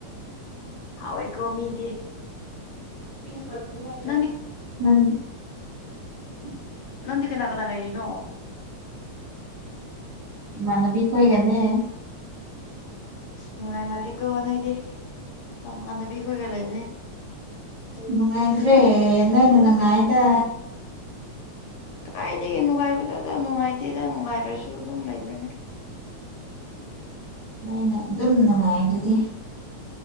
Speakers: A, on the left; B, on the right.
A: ꯍꯥꯎꯋꯦꯀꯣ ꯃꯤꯗꯤ
B: <unintelligible>
A: ꯅꯪꯗꯤ ꯅꯪꯗꯤ ꯀꯅꯥ ꯀꯅꯥ ꯂꯩꯔꯤꯅꯣ
B: ꯏꯃꯥꯟꯅꯕꯤ ꯈꯣꯏꯒꯅꯦ
A: ꯅꯨꯡꯉꯥꯏꯃꯜꯂꯤꯀꯣ ꯅꯣꯏꯗꯤ ꯅꯃꯥꯟꯅꯕꯤ ꯈꯣꯏꯒ ꯂꯩ
B: ꯅꯨꯡꯉꯥꯏꯇ꯭ꯔꯦ ꯅꯣꯏꯅ ꯅꯨꯡꯉꯥꯏꯌꯦꯗ
A: ꯀꯗꯥꯏꯗꯒꯤ ꯅꯨꯡꯉꯥꯏꯕꯗꯣꯗ ꯅꯨꯡꯉꯥꯏꯇꯦꯗ ꯅꯨꯡꯉꯥꯏꯗ꯭ꯔꯁꯨ ꯑꯗꯨꯝ ꯂꯩꯕꯅꯦ
B: ꯑꯩꯅ ꯑꯗꯨꯝ ꯅꯨꯡꯉꯥꯏꯗꯨꯗꯤ